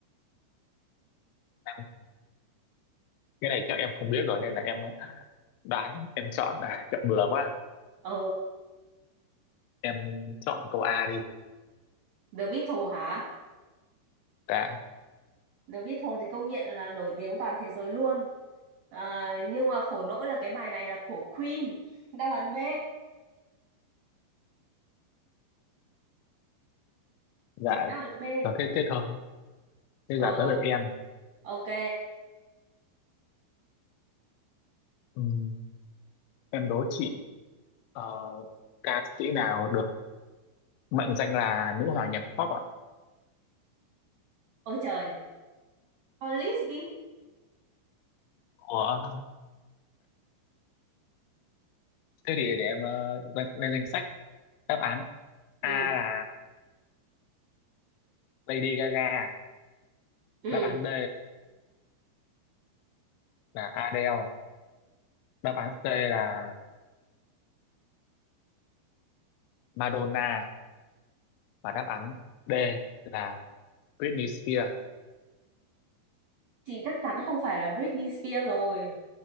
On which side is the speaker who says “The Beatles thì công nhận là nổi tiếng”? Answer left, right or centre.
Right